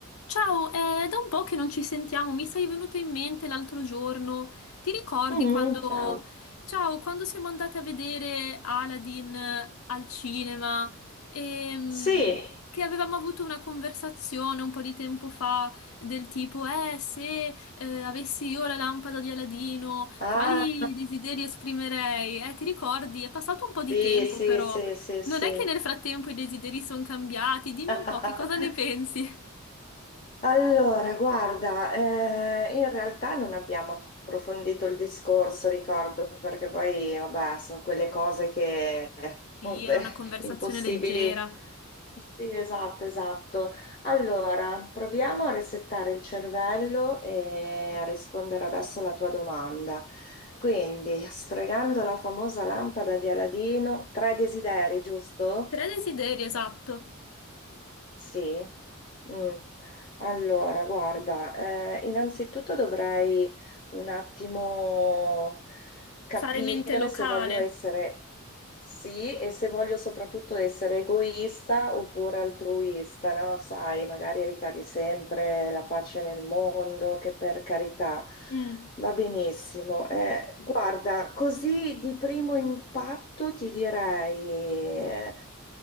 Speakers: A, on the left; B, on the left.
A: Ciao, eh, è da un po' che non ci sentiamo, mi sei venuto in mente l'altro giorno. Ti ricordi
B: Mm,
A: quando,
B: ciao.
A: ciao, quando siamo andate a vedere Aladdin eh, al cinema e mm,
B: Sì.
A: che avevamo avuto una conversazione un po' di tempo fa del tipo, eh, se eh, avessi io la lampada di Aladino,
B: Ah,
A: quali desideri esprimerei? Eh, ti ricordi? È passato un po' di
B: sì,
A: tempo,
B: sì,
A: però
B: sì, sì,
A: non
B: sì.
A: è che nel frattempo i desideri sono cambiati. Dimmi
B: <laughs>
A: un po' che cosa ne pensi?
B: Allora, guarda, eh, in realtà non abbiamo approfondito il discorso, ricordo, perché poi, vabbè, sono quelle cose che, <laughs>
A: Sì,
B: vabbè,
A: era una conversazione
B: impossibili
A: leggera.
B: Sì, esatto, esatto. Allora, proviamo a resettare il cervello e a rispondere adesso alla tua domanda. Quindi, sfregando la famosa lampada di Aladino, tre desideri, giusto?
A: Tre desideri, esatto.
B: Sì. Mm. Allora, guarda, eh, innanzitutto dovrei un attimo capire
A: Fare mente locale.
B: se voglio essere sì e se voglio soprattutto essere egoista oppure altruista, no? Sai, magari ricadi sempre la pace nel mondo, che per carità.
A: Mm,
B: Va benissimo. Eh, guarda, così di primo impatto ti direi.